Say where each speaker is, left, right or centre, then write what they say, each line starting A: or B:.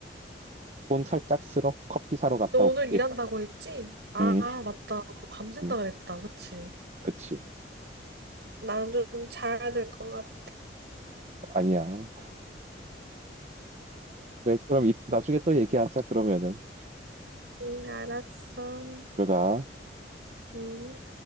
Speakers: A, on the right; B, on the right.
A: 돈 살짝 쓸어 커피 사러 갔다
B: 너 오늘
A: 올게
B: 일한다고 했지? 아,
A: 음,
B: 맞다. 너 밤샌다
A: 음
B: 그랬다. 그치?
A: 그치
B: 나는 좀 자야 될 것 같아.
A: 아니야 그래, 그럼 이- 나중에 또 얘기하자, 그러면은.
B: 응, 알았어.
A: 들어가.
B: 응.